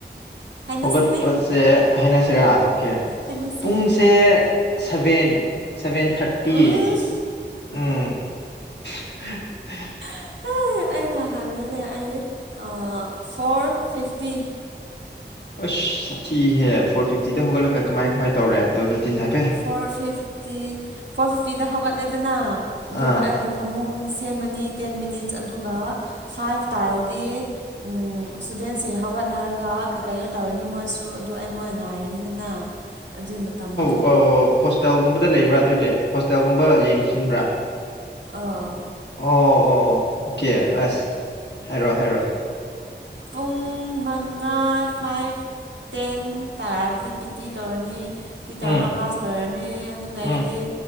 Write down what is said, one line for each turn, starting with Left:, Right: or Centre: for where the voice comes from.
Right: ꯍꯥꯏꯅꯁꯤꯅꯦ
Left: ꯍꯧꯒꯠꯄꯁꯦ ꯍꯥꯏꯅꯁꯤꯔ ꯑꯣꯀꯦ
Right: ꯍꯥꯏꯅꯁꯦ
Left: ꯄꯨꯡ ꯁꯦ ꯁꯚꯦꯟ ꯁꯚꯦꯟ ꯊꯥꫪꯇꯤ
Right: ꯎꯝ
Left: ꯎꯝ <unintelligible>
Right: <unintelligible> ꯑꯩꯅ ꯍꯜꯂꯦꯅꯦ ꯑꯩ ꯐꯣꫪ ꯐꯤꯐꯇꯤ
Left: ꯑꯁ ꯁꯥꯊꯤꯍꯦ ꯐꯣꫪ ꯐꯤꯞꯇꯤꯗ ꯍꯧꯒꯠꯂꯒ ꯀꯃꯥꯏ ꯀꯃꯥꯏ ꯇꯧꯔꯦ ꯑꯗꯣ ꯔꯨꯇꯤꯟ ꯍꯥꯏ
Right: ꯐꯣꫪ ꯐꯤꯐꯇꯤ ꯐꯣꫪ ꯐꯤꯐꯇꯤꯗ ꯍꯧꯒꯠꯂꯦꯗꯅ ꯑꯗꯨꯒ
Left: ꯑꯥ
Right: ꯑꯩꯒ ꯐꯃꯨꯡ ꯁꯦꯝꯃꯅꯤ ꯇꯦꯟ ꯃꯤꯅꯤꯠꯁ ꯑꯗꯨꯒ ꯐꯥꯏꯚ ꯇꯥꯔꯗꯤ ꯎ ꯏꯁꯇꯨꯗꯦꯟꯁꯤꯡ ꯍꯧꯒꯠꯅꯔꯒ ꯀꯩꯅꯣ ꯇꯧꯔꯅꯤ ꯃꯣꯏꯁꯨ ꯑꯗꯨ ꯑꯩ ꯃꯣꯏ ꯉꯥꯏꯔꯅꯤꯗꯅ ꯑꯗꯨ ꯃꯇꯝ
Left: ꯑꯣ ꯍꯣꯁꯇꯦꯜꯒꯨꯝꯕꯗ ꯂꯩꯕ꯭ꯔꯥ ꯑꯗꯨꯗꯤ ꯍꯣꯁꯇꯦꯜꯒꯨꯝꯕ ꯌꯦꯡꯁꯤꯟꯕ꯭ꯔꯥ
Right: ꯑꯥ
Left: ꯑꯣ ꯑꯣ ꯑꯣꯀꯦ ꯑꯁ ꯍꯥꯏꯔꯛꯑꯣ ꯍꯥꯏꯔꯛꯑꯣ
Right: ꯄꯨꯡ ꯃꯡꯉꯥ ꯐꯥꯏꯚ ꯇꯦꯟ ꯇꯥꯔꯗꯤ ꯄꯤ ꯇꯤ ꯇꯧꯔꯅꯤ ꯇꯤ ꯇꯧꯔꯒ
Left: ꯎꯝ
Right: ꯕ꯭ꯔꯥꯁ ꯇꯣꯏꯔꯅꯤ ꯑꯗꯨꯗꯩꯗꯤ
Left: ꯎꯝ